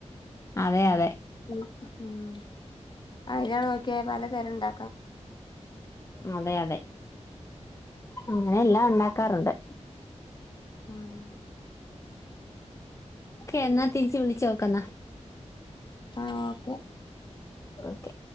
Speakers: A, on the left; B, on the left.
A: അതെ അതെ
B: ഉം <unintelligible> ഒക്കെ പല തരം ഇണ്ടാ
A: അതെ അതെ അങ്ങനെ എല്ലാം ഇണ്ടാക്കാറുണ്ട്
B: ആഹ്
A: ക്കെ എന്നാ തിരിച്ച് വിളിച്ചു നോക്കന്നാ
B: ആഹ് ഓക്കെ
A: ഓക്കെ